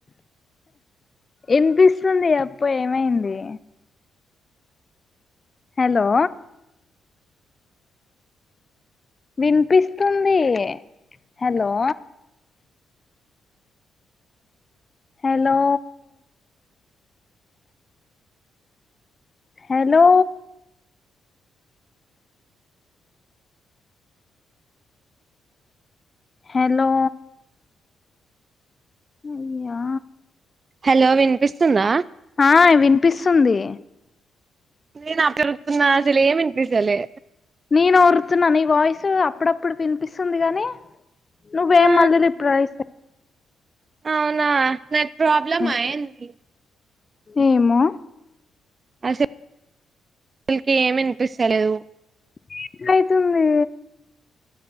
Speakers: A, on the left; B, on the right.
A: ఇనిపిస్తుంది చెప్పు ఏమైంది హలో విన్పిస్తుంది హెలో హెలో హెలో హెలో ఇయ్యా
B: హెలో విన్పిస్తుందా
A: ఆ విన్పిస్తుంది
B: నేనా <unintelligible> తున్న అసలే దిసలే
A: నేను ఊరుతున్నాను ఈ వాయిస్ అప్పుడప్పుడు వినిపిస్తుంది గాని నువ్వేం
B: ఆ
A: మళ్ళి రిప్లై ఇస్త
B: అవునా న ప్రాబ్లమ్
A: హ్మ్.
B: అ ఏంది
A: ఏమో
B: అసే <unintelligible> ఏమిన్పిస్తలేదు
A: <unintelligible> ఐతుంది